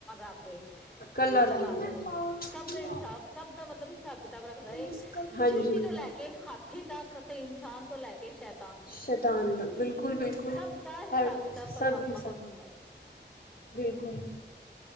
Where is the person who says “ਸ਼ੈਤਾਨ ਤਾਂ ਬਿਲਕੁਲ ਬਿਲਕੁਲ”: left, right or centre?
Left